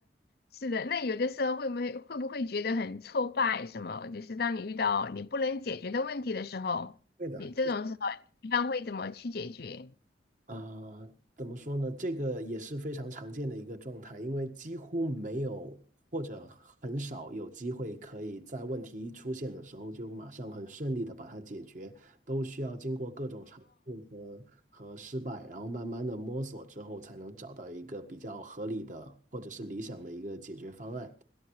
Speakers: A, on the left; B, on the right.
A: 是的，那有的时候会不会会不会觉得很挫败？什么？就是当你遇到你不能解决的问题的时候，
B: 对的，
A: 你这种时候一般会怎么去解决？
B: 啊、怎么说呢？这个也是非常常见的一个状态，因为几乎没有或者很少有机会可以在问题一出现的时候就马上很顺利的把它解决，都需要经过各种尝试和和失败，然后慢慢的摸索之后，才能找到一个比较合理的或者是理想的一个解决方案。